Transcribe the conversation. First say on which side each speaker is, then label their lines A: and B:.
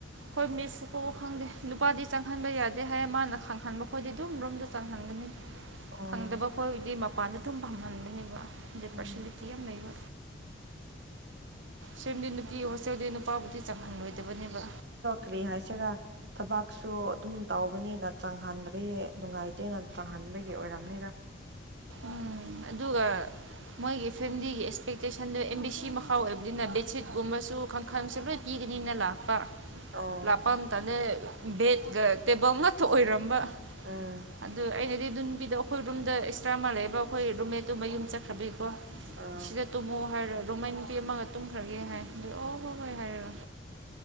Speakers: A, on the right; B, on the right.
A: ꯍꯣꯏ ꯃꯤꯁ ꯀꯣꯛꯎ ꯈꯪꯗꯦ ꯅꯨꯄꯥꯗꯤ ꯆꯪꯍꯟꯕ ꯌꯥꯗꯦ ꯍꯥꯏ ꯃꯥꯅ ꯈꯪꯍꯟꯕ ꯈꯣꯏꯗꯤ ꯑꯗꯨꯝ ꯔꯣꯝꯗ ꯆꯪꯍꯟꯕ
B: ꯑꯣ
A: ꯈꯪꯗꯕ ꯈꯈꯣꯏꯗꯤ ꯃꯄꯥꯟꯗ ꯑꯗꯨꯝ ꯐꯝꯍꯟ ꯗ
B: ꯎꯝ
A: ꯄꯁꯤ ꯂꯤꯇ ꯌꯥꯝ ꯃꯩꯕ ꯁꯝꯗꯤ ꯅꯨꯄꯤ ꯍꯣꯁꯇꯦꯜꯗꯤ ꯅꯨꯄꯥꯕꯨꯗꯤ ꯆꯪꯍꯜꯂꯣꯏꯗꯕꯅꯦꯕ
B: ꯐꯔꯤ ꯍꯥꯏꯁꯤꯔ ꯊꯕꯛꯁꯨ ꯑꯗꯨꯝ ꯇꯧꯕꯕꯅꯤꯅ ꯆꯪꯍꯟꯗ꯭ꯔꯦ ꯅꯨꯡꯉꯥꯏꯇꯦꯅ ꯆꯪꯍꯟꯕꯒꯤ ꯑꯣꯏꯔꯝꯅꯤꯔ
A: ꯎꯝ ꯑꯗꯨꯒ ꯑꯗꯨꯒꯒ ꯃꯣꯏꯒꯤ ꯐꯦꯃꯤꯂꯤꯒꯤ ꯑꯦꯛꯁꯄꯦꯛꯇꯦꯁꯟꯗꯣ ꯑꯦꯝ ꯕꯤ ꯁꯤ ꯃꯈꯥꯎ ꯑꯣꯏꯕꯅꯤꯅ ꯕꯦꯠꯁꯤꯠꯀꯨꯝꯕꯁꯨ ꯀꯥꯡꯈꯜꯁꯨ ꯂꯣꯏ ꯄꯤ ꯅꯤꯅ ꯂꯥꯛꯄ
B: ꯑꯣ
A: ꯂꯥꯛꯄ ꯑꯃꯇꯗ ꯕꯦꯗ ꯇꯦꯕꯜꯒ ꯑꯣꯏꯔꯝꯕ
B: ꯎꯝ
A: ꯑꯗꯨ ꯑꯩꯅꯗꯤ ꯑꯗꯨꯕꯤꯗꯣ ꯑꯩꯈꯣꯏ ꯔꯨꯝꯗ ꯇ꯭ꯔꯃ ꯂꯩꯕ ꯑꯩꯈꯣꯏ ꯔꯨꯝꯃꯦꯠꯇꯨ ꯃꯌꯨꯝ ꯆꯠꯈ꯭ꯔꯕꯩꯀꯣ
B: ꯑꯣ
A: ꯁꯤꯗ ꯇꯨꯝꯃꯣ ꯍꯥꯏꯔꯒ ꯔꫭꯡꯃꯩ ꯅꯨꯄꯤ ꯑꯃꯒ ꯇꯨꯝꯈ꯭ꯔꯒꯦ ꯍꯥꯏ ꯑꯣ ꯍꯣꯏ ꯍꯣꯏ ꯍꯥꯏꯔꯣ